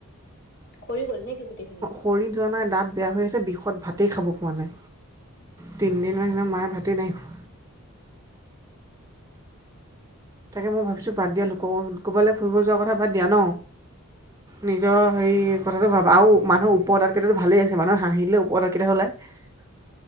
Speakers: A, on the left; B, on the right.
A: সৰি গ'ল নেকি গোটেইখিনি?
B: সৰি যোৱা নাই! দাঁত বেয়া হৈ আছে বিষত ভাতেই খাব পোৱা নাই। তিনিদিন হৈ গ'ল মায়ে ভাতে নাইখোৱা। তাকে মই ভাবিছোঁ বাদ দিয়া লোক, কৰবালৈ ফুৰিব যোৱাৰ কথা বাদ দিয়া ন? নিজৰ হেৰি কথাটো ভাবা আৰু মানুহ ওপৰৰ দাঁত কেইটাটো ভালেই আছে, মানুহে হাঁহিলে ওপৰৰ দাঁতকেইটাহে ওলায়। <unintelligible>